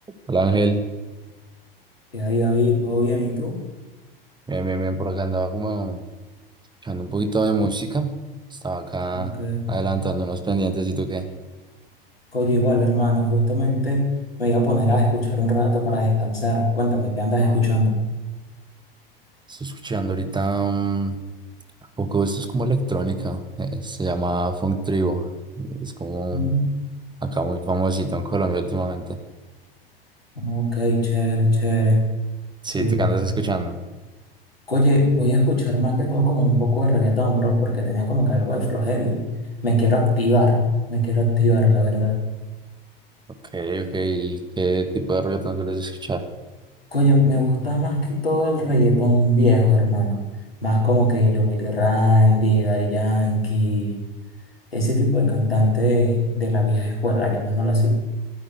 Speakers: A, on the right (about 15°); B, on the left (about 85°).
A: Hola Ángel,
B: Y ahí, David, todo bien, ¿y tú?
A: bien, bien, bien, por acá andaba como escuchando un poquito de música. Estaba acá
B: Ok.
A: adelantando unos pendientes y tú qué.
B: Oye, igual, hermano, justamente me voy a poner a escuchar un rato para descansar. Cuéntame, ¿qué andas escuchando?
A: Estoy escuchando ahorita um, un poco, esto es como electrónica, eh, se llama Funk Tribo. Es como
B: Mm,
A: acá muy famosito en Colombia últimamente.
B: ok, chévere, chévere,
A: Sí,
B: súper.
A: ¿tú qué andas escuchando?
B: Oye, voy a escuchar más que todo como un poco de reggaetón, bro, porque tenía como que algo de flojera y me quiero activar, me quiero activar, la verdad.
A: Ok, ok, ¿y qué tipo de reggaetón sueles escuchar?
B: Oye, me gusta más que todo el reggaetón viejo, hermano. Más como que Joey Randy, Daddy Yankee. ese tipo de cantante de, de la vieja escuela, llamémoslo así.